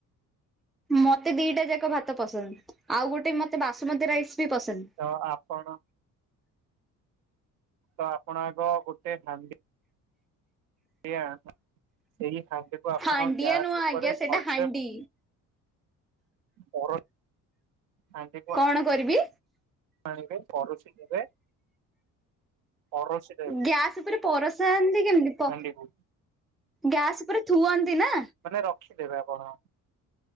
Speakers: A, in the centre; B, on the right (about 70°).
A: ମତେ ଦିଟା ଯାକ ଭାତ ପସନ୍ଦ ଆଉ ଗୋଟେ ମତେ ବାସୁମତୀ ରାଇସ ବି ପସନ୍ଦ।
B: ତ ଆପଣ ତ ଆପଣ ଆଗ ଗୋଟେ ହାଣ୍ଡି ସେଇ ହାଣ୍ଡିକୁ ଆପଣ
A: ହାଣ୍ଡିଆ
B: ଗ୍ୟାସ୍
A: ନୁହଁ
B: ଉପରେ
A: ଆଜ୍ଞା ସେଇଟା
B: ଭଲସେ
A: ହାଣ୍ଡି।
B: ପରଇ ହାଣ୍ଡି।
A: କଣ କରିବି।
B: ଆଣିବେ ପରୋଷୀ ଦେବେ ପରୋଷୀ
A: ଗ୍ୟାସ ଉପରେ ପରସାନ୍ତି କେମିତି
B: ହାଣ୍ଡିକୁ
A: ଗ୍ୟାସ ଉପରେ ଥୁଅନ୍ତି ନା?
B: ମାନେ ରଖିଦେବେ ଆପଣ?